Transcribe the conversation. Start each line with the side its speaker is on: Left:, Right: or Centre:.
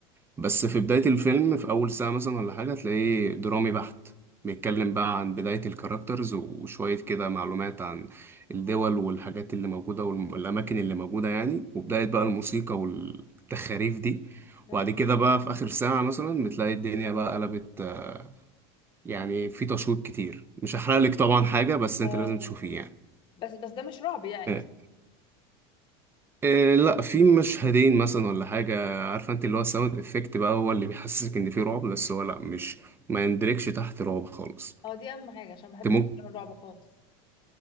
Right: بس في بدايه الفيلم في اول ساعه مثلا ولا حاجه تلاقيه درامي بحت بيتكلم بقى عن بدايه الكاركترز وشويه كده معلومات عن الدول والحاجات اللي موجوده والاماكن اللي موجوده يعني وبدايه بقى الموسيقى والتخاريف دي
Left: اه
Right: وبعد كده بقى في اخر ساعه مثلا بتلاقي الدنيا بقى قلبت آه، يعني في تشويق كتير مش هحرق لك طبعا حاجه بس
Left: اه
Right: انت لازم تشوفيه يعني
Left: بس بس ده مش رعب يعني
Right: آه، إيه لا في مشهدين مثلا ولا حاجة عارفة انت اللي هو الساوند افكت بقى هو اللي بيحسسك
Left: اوكي
Right: ان في رعب بس هو لا مش ما يندركش تحت رعب خالص
Left: اه دي اهم حاجه عشان ما بحبش
Right: انت ممكن
Left: افلام الرعب خالص